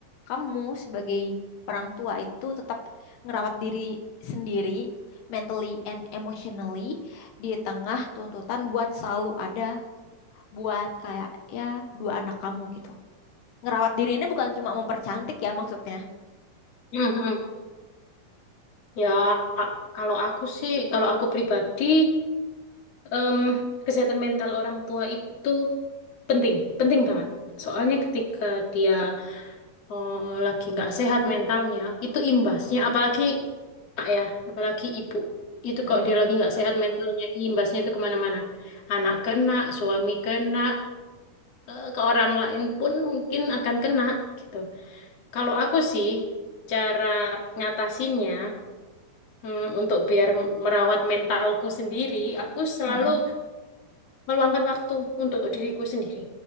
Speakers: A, on the left; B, on the left.
A: kamu sebagai orang tua itu tetap ngerawat diri sendiri mentally and emotionally di tengah tuntutan buat selalu ada buat kayak ya dua anak kamu gitu. Ngerawat diri ini bukan cuma mempercantik ya maksudnya.
B: mm mm mm Ya, kalau aku sih, kalau aku pribadi, em, kesehatan mental orang tua itu penting, penting banget. Soalnya ketika dia eh, lagi nggak sehat mentalnya, itu imbasnya, apalagi anak ya, apalagi ibu. Itu
A: Mm,
B: kalau dia lagi nggak sehat mentalnya, imbasnya itu kemana-mana. Anak kena, suami kena, eh, ke orang lain pun mungkin akan kena gitu. Kalau aku sih, cara ngatasinnya, hmm, untuk biar merawat mentalku sendiri, aku selalu
A: mm-mm.
B: meluangkan waktu untuk diriku sendiri.